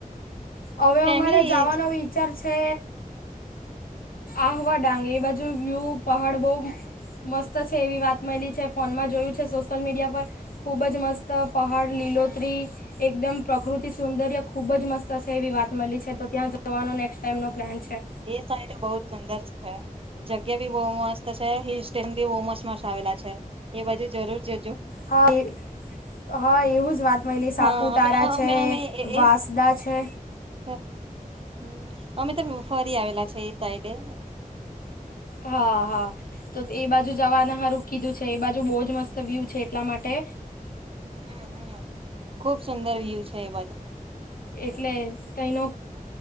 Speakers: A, on the left (about 80°); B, on the right (about 40°).
A: હવે
B: ફેમિલી
A: અમારે જવાનો
B: જ
A: વિચાર છે આહવા ડાંગ એ બાજુ વ્યૂ પહાડ બહુ મસ્ત છે એવી વાત મળલી છે ફોનમાં જોયું છે સોશલ મીડિયા પર ખુબ જ મસ્ત પહાડ લીલોત્રી એકદમ પ્રકૃતિ સૌંદર્ય ખુબ જ મસ્ત છે એવી વાત મળી છે તો ત્યાં જવાનો નેક્સ્ટ ટાઈમનો પ્લાન છે.
B: એટ <unintelligible> બહુ સુંદર છે. જગ્યા બી બહુ મસ્ત છે હિલ સેશન બી બહુ મસ્ત મસ્ત આવેલા છે. એ બાજુ જરૂર જજો.
A: હા હા એવું જ વાત મળલી
B: હા
A: સાપુતારા
B: અમે
A: તા છે
B: અમે અમે એ એ
A: વાંસદા છે.
B: હમ અમે તો ફરી આવેલા છે એ સાઈડે.
A: હા હા તો એ બાજુ જવાના હારું કીધું છે એ બાજુ બહુજ મસ્ત વ્યુ છે એટલા માટે
B: હ હ ખુબ સુંદર વ્યુ છે એ બાજુ
A: એટલે કઈનો